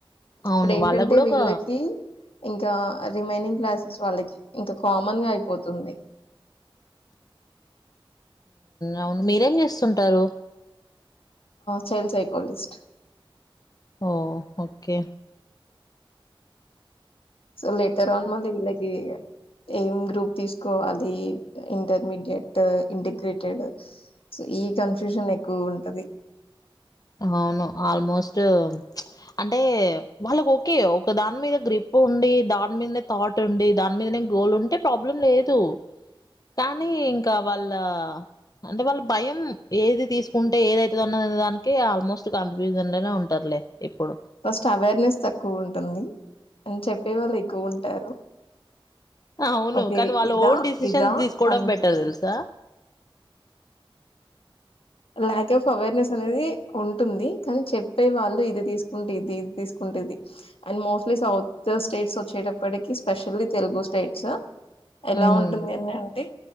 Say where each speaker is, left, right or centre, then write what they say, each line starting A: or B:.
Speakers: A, on the left; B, on the left.
A: అవును.
B: ఇప్పుడు ఏంటంటే
A: వాళ్ళకి గూడా
B: వీళ్ళకి
A: ఒక
B: ఇంకా రిమైనింగ్ క్లాసెస్ వాళ్ళకి ఇంకా కామన్ గా అయిపోతుంది
A: అవును మీరేం చేస్తుంటారు
B: child psychologist
A: oh okay
B: so later అన్ మళ్ళ ఇలాగ ఏం గ్రూప్ తీసుకోవాలి ఇంటర్మీడియట్ ఇంటిగ్రేటెడ్ సో ఈ కన్ఫ్యూషన్ ఎక్కువ ఉంటది
A: అవును ఆల్మోస్ట్ అంటే వాళ్ళకు ఓకే ఒక దాని మీద గ్రిప్ ఉండి దాని మీదనే తాట్ ఉండి దాని మీదనే గోల్ ఉంటే ప్రాబ్లం లేదు కానీ ఇంకా వాళ్ళ అంటే వాళ్ళు భయం ఏది తీసుకుంటే ఏదైతున్న దానికి ఆల్మోస్ట్ కన్ఫ్యూజన్ లోనే ఉంటారులే ఇప్పుడు.
B: ఫస్ట్ అవేర్నెస్ తక్కువ ఉంటుంది అని చెప్పే వాళ్ళు ఎక్కువ ఉంటారు
A: అవును
B: ఓకే
A: కానీ వాళ్ళు
B: ఇదా
A: ఓన్ డిసిషన్స్
B: ఇదా
A: తీసుకోవడం
B: అను
A: బెటర్ తెలుసా
B: ల్యాక్ ఆఫ్ అవేర్నెస్ అనేది ఉంటుంది కానీ చెప్పే వాళ్ళు ఇది తీసుకుంటే ఇది ఇది తీసుకుంట ఉంది అండ్ మోస్ట్లీ సౌత్ స్టేట్స్ వచ్చేటప్పటికి స్పెషల్లీ తెలుగు స్టేట్స్ ఎలా
A: ఉమ్
B: ఉంటుంది అంట అంటే